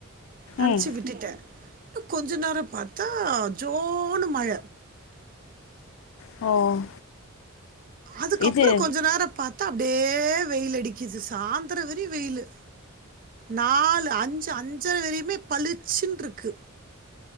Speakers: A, on the right; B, on the left.
A: நன்ச்சு
B: ம்.
A: விட்டுட்டே டு கொஞ்ச நேர பாத்தா ஜோனு மழ
B: ஓ
A: அதுக்கப்ற
B: இது
A: கொஞ்ச நேர பாத்தா அப்டே வெயிலடிக்கிது சாந்துர வரயு வெயிலு நாலு அஞ்சு அஞ்சர வரையுமே பளிச்சுன்ருக்கு